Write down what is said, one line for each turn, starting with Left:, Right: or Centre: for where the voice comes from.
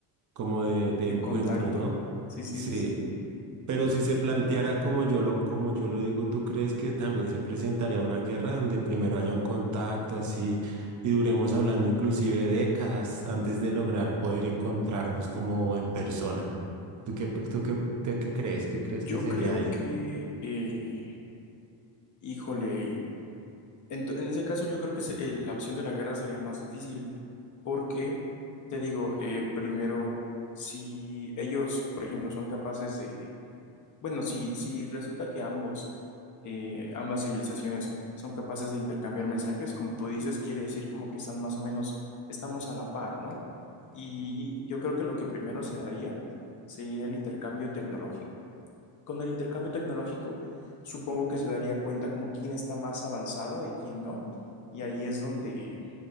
Right: como de, de
Left: Te
Right: encuentros,
Left: contacto.
Right: ¿no?
Left: Sí, sí,
Right: Sí.
Left: sí, sí.
Right: Pero
Left: Híjole.
Right: si se planteara como yo lo, como yo lo digo, ¿tú crees que también se presentaría una guerra donde primero haya un contacto así y duremos hablando inclusive décadas antes de lograr poder encontrarnos como en persona? ¿Tú qué, tú qué, qué- qué crees? ¿Qué crees
Left: Yo
Right: que sería
Left: creo
Right: ahí?
Left: que eh, Híjole, en, to- en ese caso yo creo que se- eh, la opción de la guerra sería más difícil porque, te digo, eh, primero, si ellos, por ejemplo, son capaces de, bueno, si, si resulta que ambos, eh, ambas civilizaciones son capaces de intercambiar mensajes, como tú dices, quiere decir como que están más o menos, estamos a la par, ¿no? Y yo creo que lo que primero se haría sería el intercambio tecnológico con el intercambio tecnológico, supongo que se daría cuenta como quién está más avanzado y quién no. Y ahí es donde